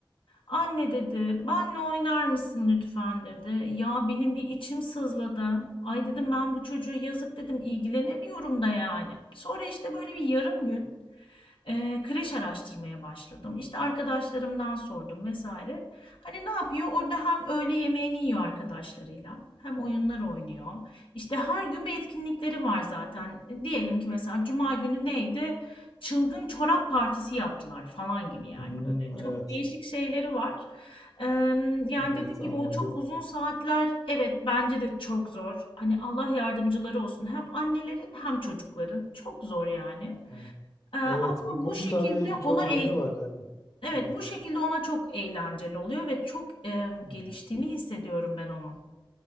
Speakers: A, on the left; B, on the left.
A: Anne dedi, benle oynar mısın lütfen dedi. Ya benim bir içim sızladı. Ay dedim ben bu çocuğu yazık dedim ilgilenemiyorum da yani. Sonra işte böyle bir yarım gün e, kreş araştırmaya başladım. İşte arkadaşlarımdan sordum vesaire. Hani ne yapıyor? Orada hem öğle yemeğini yiyor arkadaşlarıyla, hem oyunlar oynuyor. İşte her gün bir etkinlikleri var zaten. Diyelim ki mesela Cuma günü neydi? Çılgın çorap partisi yaptılar falan gibi yani.
B: Hmm,
A: Öyle
B: evet.
A: çok değişik şeyleri var. Em, Yani
B: Evet
A: dediğim
B: anladım.
A: gibi o çok uzun saatler evet bence de çok zor. Hani Allah yardımcıları olsun hem annelerin hem çocukların çok zor yani.
B: Aynen.
A: Ee, ama
B: Evet bu
A: bu
B: konu
A: şekilde
B: tabii çok
A: ona eğ-
B: yönü var tabii.
A: evet
B: Evet.
A: bu şekilde ona çok eğlenceli oluyor ve çok em,
B: Hmm.
A: geliştiğini hissediyorum ben onun.